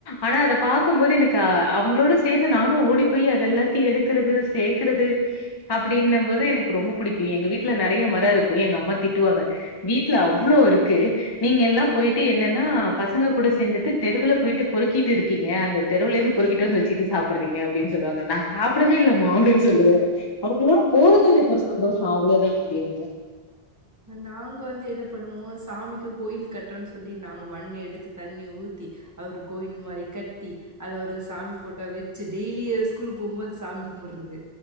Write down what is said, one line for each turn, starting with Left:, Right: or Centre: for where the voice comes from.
Left: ஆனா அத பாக்கும்போது எனக்கு அவங்களோட சேந்து நானும் ஓடி போயி அத எல்லாத்தையும் எடுக்கறது சேக்கறது அப்டின்னும் போது எனக்கு ரொம்ப புடிக்கும் எங்க வீட்ல நறையா மரம் இருக்கும் எங்க அம்மா திட்டுவாங்க வீட்ல அவ்ளோ இருக்கு நீங்க எல்லாம் போயிட்டு என்னன்னா பச பசங்க கூட சேந்துட்டு தெருவுல போயிட்டு பொறுக்கிட்டு இருக்கீங்க அந்த தெருவுல இருந்து பொருக்கிட்டு வந்து வச்சிட்டு சாப்பறீங்க அப்டின் சொல்லுவாங்க நா சாப்படவே இல்லமா அப்டின் சொல்லுவ அவுங்களோ போறது எனக்கு ஒரு சந்தோஷம் அவ்ளோதா அப்டின்னுவ
Right: நாங்க வந்து என்ன பண்ணுவோம் சாமிக்கு கோயில் கட்டுறன்னு சொல்லி நாங்க மண்ண எடுத்து தண்ண ஊத்தி அது ஒரு கோயில் மாரி கட்டி அதுல ஒரு சாமி போட்டோ வச்சி டெய்லி ஸ்கூலுக்கு போமோது சாமி கும்படறது